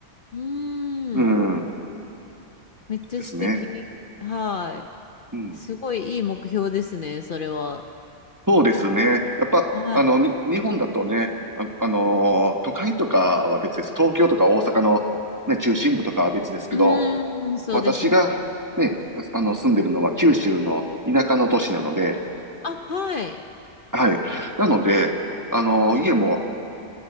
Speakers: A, on the left (about 50°); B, on the right (about 15°).
A: うーん。
B: うん、
A: めっちゃ素敵。
B: ですね。
A: はい。
B: うん。
A: すごいいい目標ですね、それは。
B: そうですね。やっぱ、
A: はい。
B: あの、に、日本だとね、あ、あのー都会とかは別です。東京とか大阪の、ね、中心部とかは別ですけど、
A: うーん、そうですね。
B: 私が、ね、あの、住んでるのは九州の田舎の都市なので、
A: あ、はい。
B: はい。なので、あのー家も